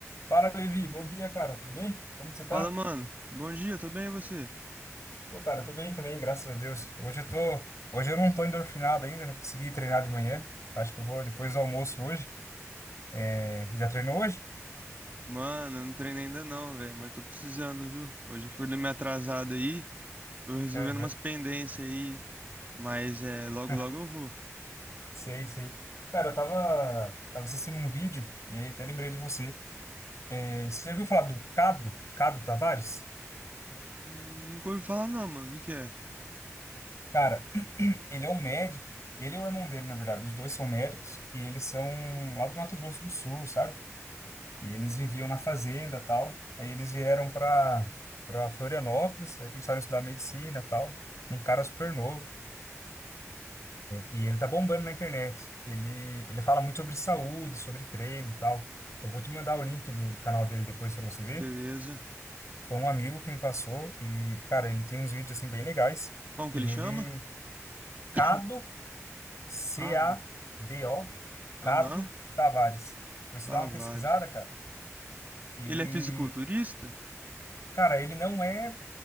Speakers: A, on the left; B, on the right.
A: Fala, Levi. Bom dia, cara. Tudo bem? Como que você tá?
B: Fala, mano. Bom dia, tudo bem e você?
A: Pô, cara, eu tô bem também, graças a Deus. Hoje eu tô... Hoje eu não tô endorfinado ainda, não consegui treinar de manhã. Acho que eu vou depois do almoço hoje. É, Já treinou hoje?
B: Mano, eu não treinei ainda não, velho, mas tô precisando, viu? Hoje eu acordei meio atrasado aí, tô resolvendo
A: Aham.
B: umas pendências aí, mas é, logo
A: <laughs>
B: logo eu vou.
A: Sei, sei. Cara, eu tava... tava assistindo um vídeo e aí até lembrei de você. É, Você já viu falar do Cado? Cado Tavares?
B: Hum, nunca ouvi falar não, mano. O que que é?
A: Cara, <clears throat> ele é um médico. Ele e o irmão dele, na verdade. Os dois são médicos e eles são lá do Mato Grosso do Sul, sabe? E eles viviam na fazenda, tal. Aí eles vieram para para Florianópolis, aí começaram a estudar medicina, tal. Um cara super novo e ele tá bombando na internet. Ele ele fala muito sobre saúde, sobre treino, tal. Eu vou te mandar o link do canal dele depois para você ver.
B: Beleza.
A: Foi um amigo que me passou e, cara, ele tem uns vídeos assim bem legais.
B: Como
A: E
B: que ele
A: ele
B: chama?
A: Cado
B: <coughs>
A: C
B: Cado.
A: A D O Cado
B: Aham.
A: Tavares. Você
B: Tavares.
A: dá uma pesquisada, cara. Ele,
B: Ele é fisiculturista?
A: cara, ele não é